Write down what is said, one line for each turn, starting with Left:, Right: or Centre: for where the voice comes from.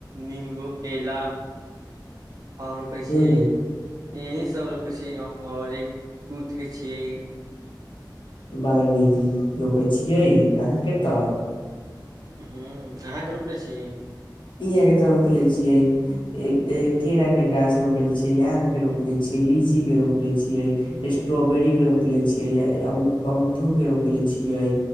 Right: निम्बू केला आओर रोपै
Left: ह
Right: छियै यही सब रोपे छियै आओर एक दूत के छियै
Left: बड़ा नीक नीक रोपै छियै अहाँके तऽ
Right: हूँ अहाँके रोपने छी
Left: इहाँके ते रोपले छियै केरा के गाछ रोपल छी आमके रोप लीची लीची के रोप ले छियै स्ट्रोबेरी के रोपले छियै या आम-अमधो के रोप रोपले छियै